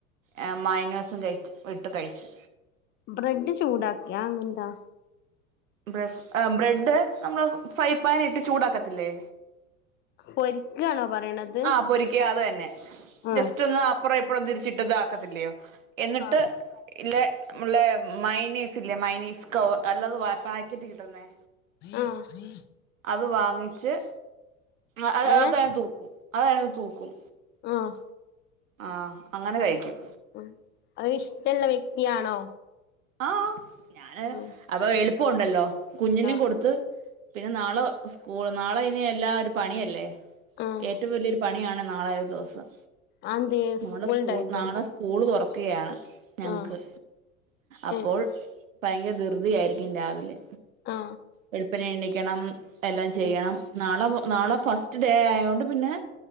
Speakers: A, on the right; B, on the left.
A: ഏഹ് മയോണസ് കഴിച്ച് വിട്ട് കഴിച്ച്
B: ബ്രെഡ് ചൂടാക്കേ അങ്ങനെന്താ
A: ബ്രെസ് ആ ബ്രെഡ് നമ്മള് ഫ്രൈ പാൻ ഇട്ട് ചൂടാക്കത്തില്ലേ
B: പൊരിക്കയാണോ പറയണത്
A: ആഹ് പൊരിക്കാ അത് തന്നെ ജസ്റ്റ്
B: ആഹ്
A: ഒന്ന് അപ്പുറം ഇപ്പുറം തിരിച്ചിട്ടത് ഒക്കത്തില്ലയോ എന്നിട്ട്
B: ആഹ്
A: ഇല്ല ല്ലേ മയണിസ് ഇല്ലേ മയണിസ് സ്കോ അല്ലാതെ പാക്കറ്റ് കിട്ടുന്നേ
B: ആഹ്
A: അത് വാങ്ങിച്ച് അത്‌
B: ഏഹ്
A: അതണ് തൂക്കും അതതണ് തൂക്കും
B: ആഹ്
A: ആഹ് അങ്ങനെ കഴിക്കും
B: ഉം അത് ഇഷ്ടള്ള വ്യക്തിയാണോ?
A: ആഹ് ആഹ് ഞാന്
B: ആഹ്
A: അതാ എളുപ്പോണ്ടല്ലോ കുഞ്ഞിനും
B: ആഹ്
A: കൊടുത്ത് പിന്നെ നാളെ സ്കൂൾ നാളെ ഇനി എല്ലാ ഒരു പണിയല്ലേ
B: ആഹ്
A: ഏറ്റവും വലിയൊര് പണിയാണ് നാളെ ഒരു ദിവസം
B: അതെന്തേ
A: മോളെ സ്കൂൾ
B: ഉണ്ടായിട്ടോ
A: നാളെ സ് കൂള് തുറക്കുകയാണ് ഞങ്ങൾക്ക്
B: ആഹ്
A: അപ്പോൾ
B: ഏഹ്
A: ഭയങ്കര ധൃതിയായിരിക്കും രാവിലെ
B: അ
A: വെളുപ്പിനേ എണീക്കണം എല്ലാം ചെയ്യണം
B: ഉം
A: നാളെ നാളെ ഫസ് റ്റ് ഡേ ആയോണ്ട് പിന്നെ